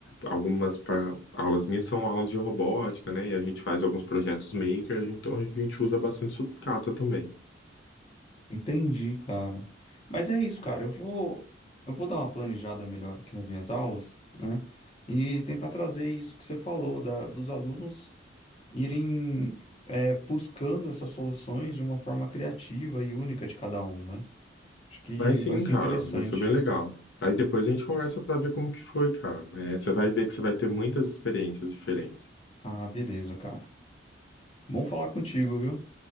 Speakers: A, on the left; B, on the left.
A: algumas pa- aulas minhas são aulas de robótica, né? E a gente faz alguns projetos maker, então a gente usa bastante sucata também.
B: Entendi, cara. Mas é isso, cara. Eu vou, eu vou dar uma planejada melhor aqui nas minhas aulas, né? E tentar trazer isso que você falou, da, dos alunos irem, é, buscando essas soluções de uma forma criativa e única de cada um, né? Acho que
A: Mas sim,
B: vai ser
A: cara,
B: interessante.
A: vai ser bem legal. Aí depois a gente conversa para ver como que foi, cara. É, você vai ver que você vai ter muitas experiências diferentes.
B: Ah, beleza, cara. Bom falar contigo, viu?